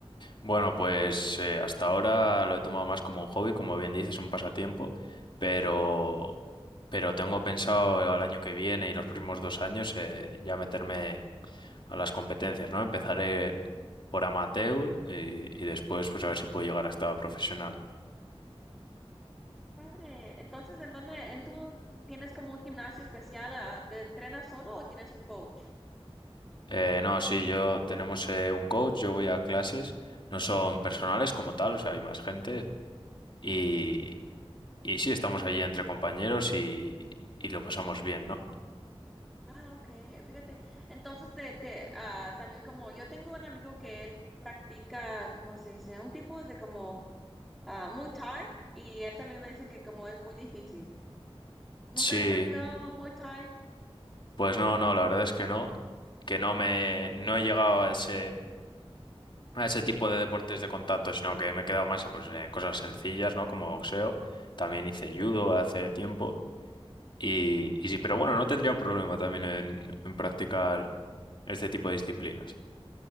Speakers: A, on the left; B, in the centre.
A: Bueno, pues eh, hasta ahora lo he tomado más como un hobby, como bien dices, un pasatiempo, pero, pero tengo pensado al año que viene y los próximos dos años eh, ya meterme a las competencias, ¿no? Empezaré por amateur y, y después pues a ver si puedo llegar hasta profesional.
B: Padre, entonces, ¿en dónde, en tú tienes como un gimnasio especial? ah, ¿Te entrenas solo o tienes un coach?
A: Eh, no, sí, yo tenemos eh, un coach, yo voy a clases, no son personales como tal, o sea, hay más gente y, y sí, estamos allí entre compañeros y, y lo pasamos bien, ¿no?
B: Ah, ok, fíjate. Entonces, te, te, ah, también como yo tengo un amigo que él practica, ¿cómo se dice? Un tipo de como ah, Muay Thai y él también me dice que como es muy difícil. ¿Nunca
A: Sí,
B: has practicado Muay Thai?
A: pues no, no, la verdad es que no, que no me, no he llegado a ese, a ese tipo de deportes de contacto, sino que me he quedado más eh, pues, en cosas sencillas, ¿no? Como boxeo, también hice judo hace tiempo. Y, y sí, pero bueno, no tendría problema también en, en practicar este tipo de disciplinas.